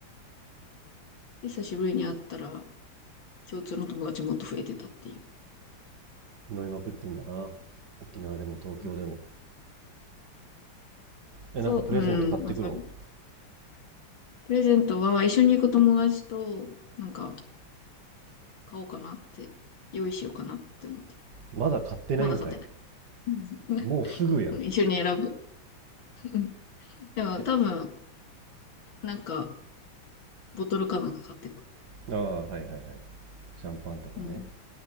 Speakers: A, on the left; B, on the right.
A: で、久しぶりに会ったら、共通の友達もっと増えてたっていう。
B: 飲みまくってんだな。沖縄でも東京でも。
A: うん
B: え、
A: そう、
B: なんかプレゼント買ってくの
A: うん、まあ、そういうプレゼントは一緒に行く友達と、なんか、買おうかなって、用意しようかなって思ってる。
B: まだ買ってないんかい。
A: まだ買ってない。うん
B: もうすぐやん。
A: <laughs> うん一緒に選ぶ。うんでも多分、
B: え
A: なんか、ボトルかなんか買ってく。
B: ああ、はいはいはい。シャンパンとかね。
A: うん。